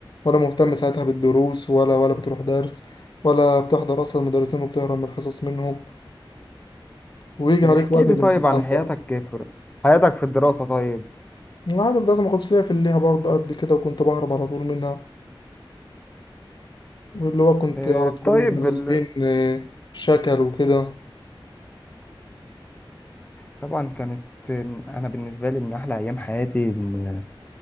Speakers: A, on the left; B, on the left.
A: ولا مهتم ساعتها بالدروس ولا ولا بتروح درس ولا بتحضر أصلا المدرسين وبتهرب من الحصص منهم ويجي عليك
B: احكي
A: وقت
B: لي
A: الامتحان
B: طيب عن حياتك
A: بقى
B: في حياتك في الدراسة طيب
A: العادة في ده ما كنتش ليا في الليها برضه قد كده وكنت بهرب على طول منها واللي هو كنت
B: آه،
A: على طول
B: طيب
A: المدرسين
B: ال...
A: آه، شكل وكده
B: طبعا كانت آه، أنا بالنسبة لي من أحلى أيام حياتي إن